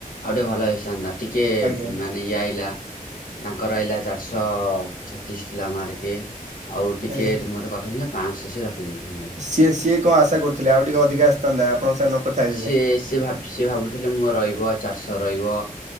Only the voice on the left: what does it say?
ଆଉ ଟିକେ ଭଲ ହେଇସିଥାନ୍ତା ଟିକେ
ମାନେ ଇଏ ଆଇଲା ତାଙ୍କ ଆଇଲା ଚାରିଶହ ଛତିଶ ଥିଲା ମାର୍କେ। ଆଉ ଟିକେ
ମୋ ସହ କଥା ହେଇନଥାନ୍ତେ ପାନ୍ସ ସିଏ ରଖିଦେଇଥାନ୍ତେ।
ସିଏ ସିଏ ଭାବ ସିଏ ଭାବୁଥିଲେ ମୋ ରହିବ ଚାରିଶହ ରହିବ।